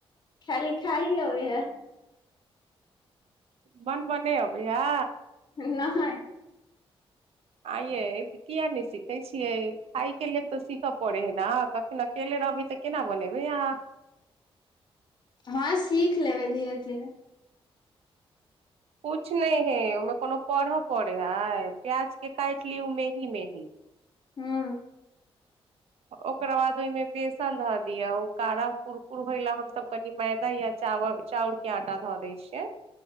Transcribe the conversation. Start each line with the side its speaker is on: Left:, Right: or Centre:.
Left: खालि खाही आबैय हाय
Right: बनबै नहि अबैय या
Left: नहिय
Right: आइये किया नहि सीखे छियै खाय के लेल तऽ सीखय पड़े है ने कखनो अकेले रहबे तऽ केना बनबै अहाँ
Left: हँ सीख लेबै धीरे धीरे
Right: कुछ नहि हे ओहिमे कोनो पढ़ऽ पड़े है प्याज के काट लि मेही मेही
Left: हुँ
Right: ओकरा बाद ओहिमे बेसन धऽ दियअ ओ कारा कुरकुर होय ला हमस कनि मैदा या चावल चाउर के आटा धो दै छियै